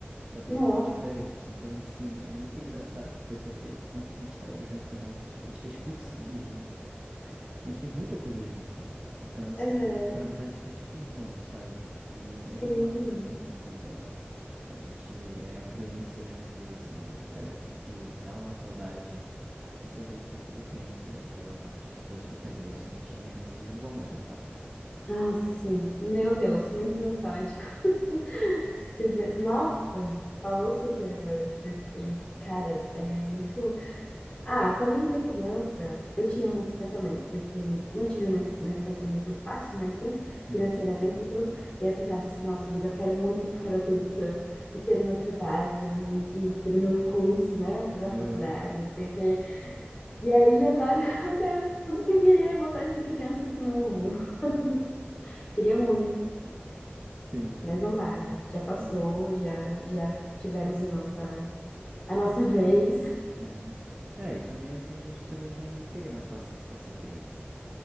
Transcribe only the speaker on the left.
Nossa,
aham,
sim.
Nossa, sim. Meu Deus, muito nostálgico. <laughs> Quer dizer, Nossa, falou super agora, porque, cara, é muito. Ah, quando a gente é criança, eu tinha muito esse pensamento, porque não tive uma, uma infância muito fácil, mas sim,
financeiramente e tudo. E aí eu pensava assim, nossa, mas eu quero muito ficar adulta e ter o meu trabalho e, e ter o meu curso, né? Fazer uma
faculdade, não sei o quê. E aí, agora <laughs> eu quero tudo que eu queria era voltar a ser criança de novo. <laughs> Queria muito,
mas não dá, né? Já passou,
já já tivemos a nossa
a nossa vez.